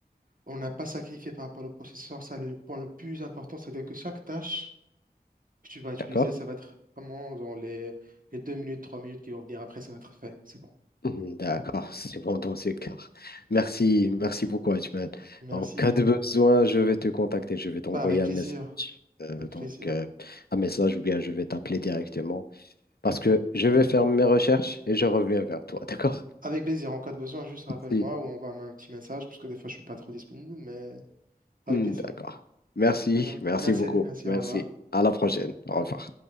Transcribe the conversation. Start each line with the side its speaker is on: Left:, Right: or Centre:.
Right: On n'a pas sacrifié par rapport au processeur, ça c'est le point le plus important, c'est-à-dire que chaque tâche que tu vas utiliser,
Left: D'accord?
Right: ça va être vraiment dans les, les deux minutes, trois minutes qui vont venir après, ça va être fait. C'est bon.
Left: Mhm, D'accord, c'est bon dans ce cas. Merci, merci beaucoup, Hachman.
Right: Merci.
Left: En cas de besoin, je vais te contacter, je vais t'envoyer
Right: Bah, avec
Left: un
Right: plaisir.
Left: message. Euh,
Right: Avec
Left: donc,
Right: plaisir.
Left: euh, un message ou bien je vais t'appeler directement. parce que je vais faire mes recherches et je reviens vers toi, d'accord?
Right: Avec plaisir. En cas de besoin, juste rappelle-moi
Left: Si.
Right: ou envoie-moi un petit message, parce que des fois, je suis pas trop disponible, mais avec
Left: Hmm,
Right: plaisir.
Left: D'accord. Merci,
Right: d'accord bien.
Left: merci
Right: Merci,
Left: beaucoup.
Right: merci,
Left: Merci.
Right: au revoir.
Left: À la prochaine. Au revoir.